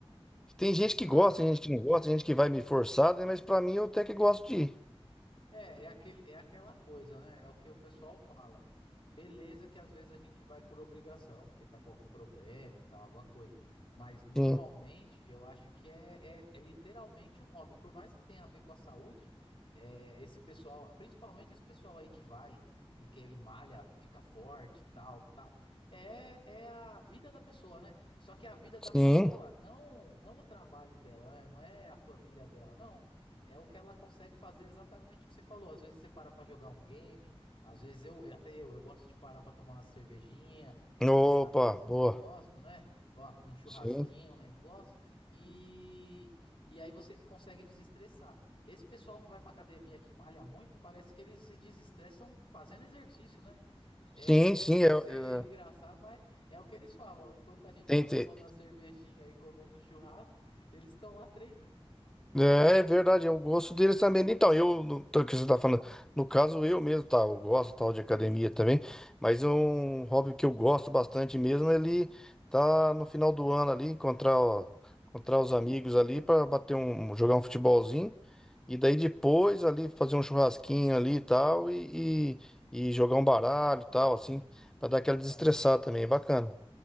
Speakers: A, in the centre; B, on the left.
A: Tem gente que
B: Ah,
A: gosta, tem gente que não gosta, tem gente que vai me forçar, né? Mas pra mim eu até que gosto de ir.
B: É, é aquele, é aquela coisa, né? É o que o pessoal fala. Beleza que às vezes a gente vai por obrigação, porque tá com algum problema e tal, alguma coisa. Mas normalmente
A: Sim,
B: eu acho que é, é, é literalmente um hobby. Por mais que tenha a ver com a saúde, é, esse pessoal, principalmente esse pessoal aí que vai e que e malha, fica forte e tal, tal. É, é a vida da pessoa, né? Só que a vida da pessoa,
A: sim.
B: não, não o trabalho dela, né? Não é a família dela, não. É o que ela consegue fazer exatamente o que você falou. Às vezes você para pra jogar um game, às vezes eu, até eu, eu gosto de parar pra tomar uma cervejinha
A: Opa,
B: numa sexta-feira,
A: boa.
B: um negócio, né? Ó, Um churrasquinho,
A: Sim,
B: um negócio. E, e aí você consegue desestressar. Esse pessoal que vai pra academia que malha muito, parece que eles se desestressam fazendo exercício, né? É,
A: sim, sim.
B: é, chega
A: é-
B: a
A: é-
B: ser engraçado, mas é o que eles falam. Enquanto a gente
A: tem,
B: tá tomando
A: tem-
B: uma cervejinha e comendo um churrasco, eles estão lá treinando.
A: É, é verdade, é um gosto deles também. Então, eu, no, o que você tá falando, no caso eu mesmo, tá, eu gosto tal de academia também, mas é um hobby que eu gosto bastante mesmo, ele tá no final do ano ali, encontrar, ó, encontrar os amigos ali para bater um, um, jogar um futebolzinho, e daí depois ali fazer um churrasquinho ali e tal, e, e, e jogar um baralho e tal, assim, para dar aquela desestressada
B: Nossa.
A: também, é bacana.